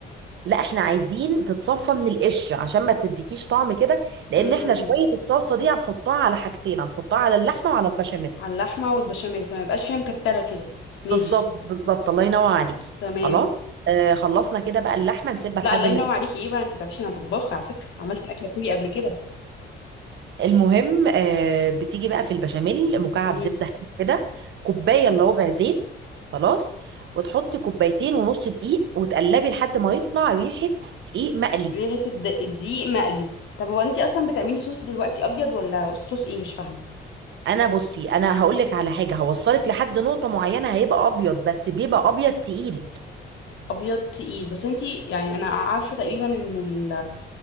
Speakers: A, on the right (about 70°); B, on the left (about 75°).
A: لا احنا عايزين تتصفى من القش عشان ما تديكيش طعم كده لان
B: امم
A: احنا شويه الصلصه دي هنحطها على حاجتين هنحطها على اللحمه وعلى البشاميل
B: على اللحمه والبشاميل فما يبقاش فيها مكتله كده ماشي
A: بالظبط بالظبط الله ينور عليكي
B: تمام
A: خلاص آه خلصنا كده بقى اللحمه نسيبها
B: لا
A: لحد
B: الله ينور
A: ما تت-
B: عليكي ايه بقى انت تعرفيش انا طباخه على فكره عملت اكله كوري قبل كده
A: المهم آه بتيجي بقى في البشاميل مكعب
B: امم
A: زبده حلو كده كوبايه الا ربع زيت خلاص وتحطي كوبايتين ونص دقيق وتقلبي لحد ما يطلع ريحه دقيق مقلي
B: ليه حته الد- الدقيق مقلي طب هو انت اصلا بتعملي صوص دلوقتي ابيض ولا صوص ايه مش فاهمه
A: انا بصي انا هقول لك على حاجه هوصلك لحد نقطه معينه هيبقى ابيض بس بيبقى ابيض تقيل
B: ابيض تقيل بس انت يعني انا عارفه تقريبا ان